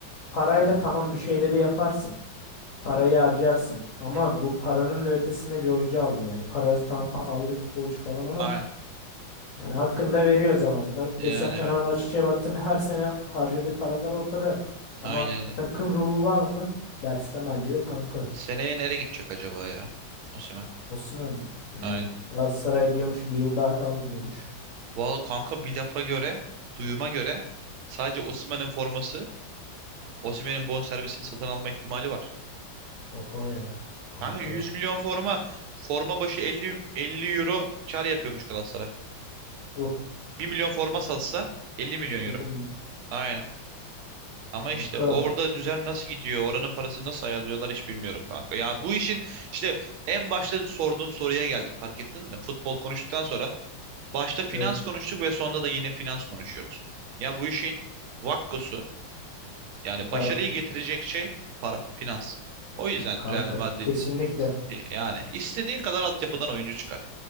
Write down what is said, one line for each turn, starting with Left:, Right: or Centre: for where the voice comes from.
Left: parayla tamam bir şeyleri yaparsın. Parayı harcarsın ama
Right: Hı hı.
Left: bu paranın da ötesinde bir oyuncu aldın yani. Parası tam pahalı bir futbolcu falan ama
Right: Ay,
Left: Yani hakkını da veriyor zaman. Bak
Right: yani
Left: mesela Fenerbahçe'ye
Right: evet.
Left: baktığında her sene harcadığı paralar ortada. Ama
Right: Aynen öyle.
Left: takım ruhu var mı? Dersen bence yok kanka.
Right: Seneye nereye gidecek acaba ya? Osimhen.
Left: Osman mı? Bilmiyorum.
Right: Aynen.
Left: Galatasaray diyormuş bir yıl daha kal diyormuş.
Right: Valla kanka bir lafa göre, duyuma göre sadece Osimhen'in forması, Osimhen'in bonservisini satın alma ihtimali var.
Left: Oha ya kanka.
Right: Kanka 100 milyon forma, forma başı 50 50 euro kar yapıyormuş Galatasaray.
Left: Oh
Right: Bir milyon forma satsa 50 milyon euro.
Left: bilmiyorum.
Right: Aynen. Ama
Left: Kanka
Right: işte orada düzen nasıl gidiyor, oranın parasını nasıl ayarlıyorlar hiç bilmiyorum kanka. Ya bu işin işte en başta sorduğum soruya geldik fark ettin mi? Futbol konuştuktan sonra başta finans
Left: evet
Right: konuştuk ve sonunda da yine finans konuşuyoruz. Ya bu işin vakkosu yani
Left: para.
Right: başarıyı getirecek şey para, finans. O yüzden
Left: Kanka
Right: Real Madrid
Left: kesinlikle
Right: yani istediğin kadar altyapıdan oyuncu çıkart.